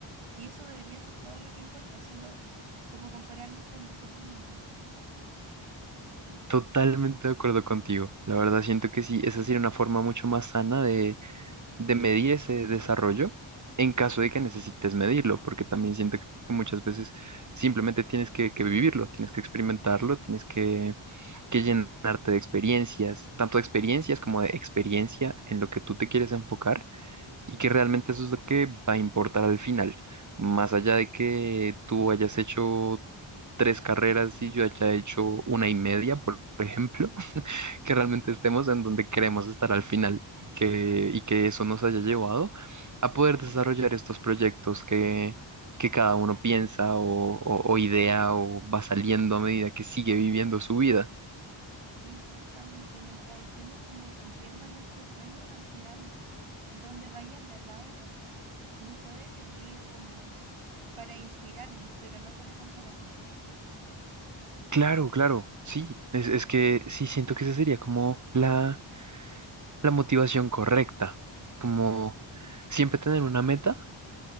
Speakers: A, on the right; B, on the right.
A: Y eso debería ser todo lo que importa, solo como compararnos con nosotros mismos.
B: Totalmente de acuerdo contigo. La verdad siento que sí, esa sería una forma mucho más sana de de medir ese desarrollo en caso de que necesites medirlo, porque también siento que muchas veces simplemente tienes que, que vivirlo, tienes que experimentarlo, tienes que, que llenarte de experiencias, tanto de experiencias como de experiencia en lo que tú te quieres enfocar y que realmente eso es lo que va a importar al final, más allá de que tú hayas hecho... tres carreras y yo haya hecho una y media, por ejemplo que
A: Ajá.
B: realmente estemos en donde queremos estar al final que, y que eso nos haya llevado a poder desarrollar estos proyectos que, que cada uno piensa o, o- o idea o va saliendo a medida que sigue viviendo su vida.
A: Exactamente, mientras estemos como cumpliendo nuestros sueños, al final, donde vaya el de al lado, nos puede servir como para inspirarnos, pero no para compararnos.
B: Claro, claro, sí, es, es que sí siento que esa sería como la, la motivación correcta, como siempre tener una meta